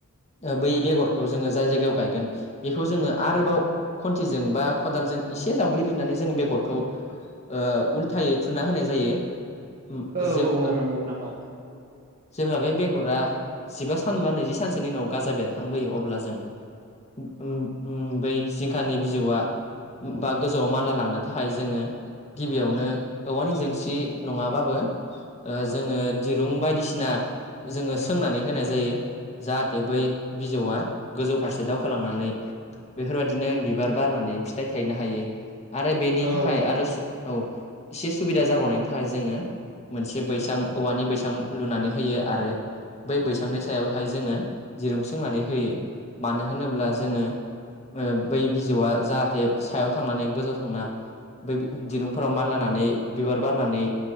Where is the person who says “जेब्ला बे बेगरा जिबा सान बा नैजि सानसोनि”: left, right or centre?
Left